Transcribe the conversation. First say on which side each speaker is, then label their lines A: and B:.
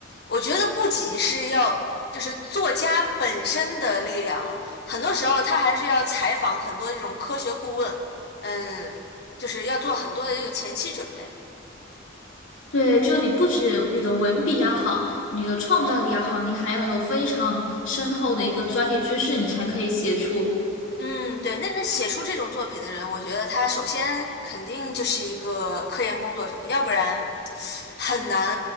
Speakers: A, on the left; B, on the left.
A: 我觉得不仅是要就是作家本身的力量了，很多时候他还是要采访很多这种科学顾问，嗯，就是要做很多的这个前期准备。
B: 对，就你不止你的文笔要好，你的创造力要好，你还要有非常深厚的一个专业知识，你才可以写出。
A: 嗯，对，那那写出这种作品的人，我觉得他首先肯定就是一个科研工作者，要不然很难